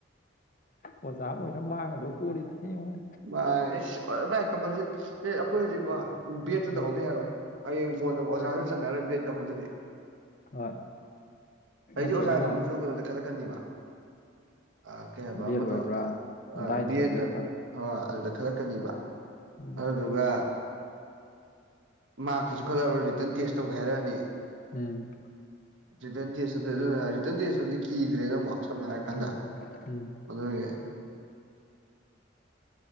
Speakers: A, on the left (about 45°); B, on the right (about 85°).
A: ꯑꯣꯖꯥ ꯑꯣꯏꯔ ꯃꯥꯡꯉꯗꯧꯕ ꯄꯣꯠꯅꯤꯗ ꯍꯩꯌꯦꯡꯋꯥꯢ
B: ꯚꯥꯏ ꯏꯁ ꯚꯥꯏ ꯀꯝꯄꯜꯁꯦ ꯑꯩꯈꯣꯏ ꯍꯧꯖꯤꯛꯀꯣ ꯕꯦꯠꯁꯨ
A: ꯎꯝ
B: ꯇꯧꯍꯧꯗ ꯌꯥꯔꯣꯏ ꯍꯌꯦꯡ ꯀꯣꯟꯅ ꯑꯣꯖꯥꯁꯨ ꯆꯠꯅꯔꯣꯏ ꯕꯦꯠ ꯇꯧꯍꯧꯗꯔꯗꯤ
A: ꯍꯣꯏ ꯅꯠꯇ꯭ꯔꯒꯅ
B: ꯍꯧꯖꯤꯛꯇꯤ ꯑꯣꯖꯥ ꯈꯟꯕꯁꯨ ꯀꯩꯅꯣꯗ ꯈꯜꯂꯛꯀꯅꯤꯕ ꯑꯥ ꯀꯩꯍꯥꯢꯕ
A: ꯕꯦꯜ
B: ꯑꯃꯗꯣ
A: ꯑꯣꯏꯕ꯭ꯔꯥ
B: ꯑ
A: ꯗꯥꯏꯠꯀ
B: ꯕꯦꯠ
A: ꯕꯦꯠꯀ
B: ꯍꯣ ꯑꯗꯨꯗ ꯈꯜꯂꯛꯀꯅꯤꯕ
A: ꯎꯝ
B: ꯑꯗꯨꯗꯨꯒ ꯃꯥꯔꯛꯇꯁꯨ ꯈꯜꯂꯛꯑꯔꯣꯏ ꯔꯤꯇꯔꯟ ꯇꯦꯁ ꯇꯧꯒꯦ ꯍꯥꯏꯔꯛꯑꯅꯤ
A: ꯎꯝ
B: ꯔꯤꯇꯟ ꯇꯦꯁ ꯅꯇꯦ ꯑꯗꯨꯅ ꯔꯤꯇꯟ ꯇꯦꯁꯇꯨꯗꯤ ꯀꯤꯗ꯭ꯔꯦꯅ ꯑꯃꯨꯛ ꯁꯝꯅ ꯍꯥꯏꯔ ꯀꯥꯟꯗ
A: ꯎꯝ ꯎꯝ
B: ꯑꯗꯨꯒꯤ